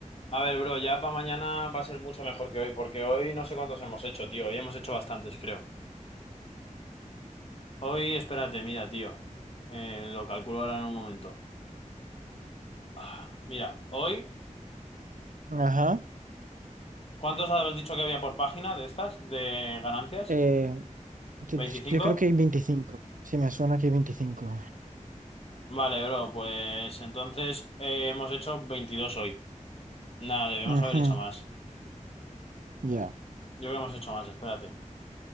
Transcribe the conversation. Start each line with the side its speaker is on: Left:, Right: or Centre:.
Left: A ver, bro, ya para mañana va a ser mucho mejor que hoy, porque hoy no sé cuántos hemos hecho, tío. Hoy hemos hecho bastantes, creo. Hoy, espérate, mira, tío. Eh, lo calculo ahora en un momento. Ah, Mira, hoy,
Right: Ajá.
Left: ¿cuántos habías dicho que había por página de estas, de ganancias?
Right: Eh, Yo,
Left: 25.
Right: yo creo que hay veinticinco Si me suena que hay veinticinco
Left: Vale, bro, pues entonces eh, hemos hecho 22 hoy. Nada, debemos
Right: Ujú,
Left: haber hecho más.
Right: Ya,
Left: Yo creo que hemos hecho más, espérate.